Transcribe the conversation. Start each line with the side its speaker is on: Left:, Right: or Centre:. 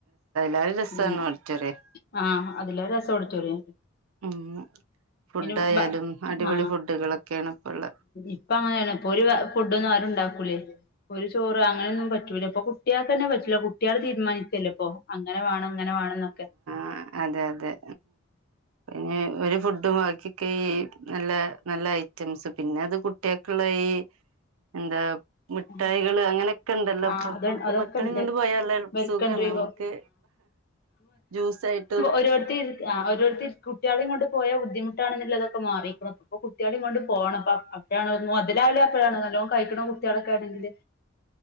Right: അതി രസവാണ്
Left: ഉം
Right: ഓഡിറ്റോറിയം
Left: ആഹ് അതിലേറെ രസം ഓഡിറ്റോറിയ
Right: ഉം ഫുഡായാലും
Left: അയിന് ബ
Right: അടിപൊളി
Left: ആ
Right: ഫുഡുകളൊക്കെയാണ് ഇപ്പള്ള
Left: ഇപ്പ അങ്ങനെല്ല ഇപ്പൊ ഒരു ഫുഡൊന്നും ആരുണ്ടാക്കൂലേ ഒരു ചോറ് അങ്ങനെയൊന്നും പറ്റൂല ഇപ്പൊ കുട്യാകന്നെ പറ്റൂല്ല കുട്ടിയാൾ തീരുമാനിച്ചല്ലോ ഇപ്പൊ ആ വേണം. അങ്ങനെ വേണംന്നൊക്കെ
Right: ആ അതെ അതെ പിന്നെ ഒരു ഫുഡും ബാക്കിയൊക്കെ ഈ നല്ല നല്ല ഐറ്റംസ് പിന്നെ അത് കുട്ടിയാക്കുള്ള ഈ എന്താ മിഠായികള്
Left: ഉം
Right: അങ്ങനെയൊക്കെയുണ്ടല്ലോ
Left: ആ
Right: ഇപ്പം
Left: അത്
Right: നമുക്ക്
Left: അതൊക്കെ
Right: മക്കളേം
Left: ഉണ്ട്
Right: കൊണ്ട് പോയാല്
Left: വെൽക്കം
Right: സുഖാണ്
Left: ഡ്രിങ്കോ
Right: നമുക്ക് ജ്യൂസായിട്ട്
Left: ഓരോട്ടി ആ ഒരൊ കുട്ടികളേം കൊണ്ടുപോയ ബുദ്ധിമുട്ടാണെന്നുള്ളതൊക്ക മാറിയേക്കണു പ്പ കുട്ടികളേം കൊണ്ടുപോണം പ്പം അവിടെയാണ് അവ മുതലാവില്ല എപ്പോഴാണ് നല്ലോ കഴിക്കണ കു ചളക്കാണെങ്കില്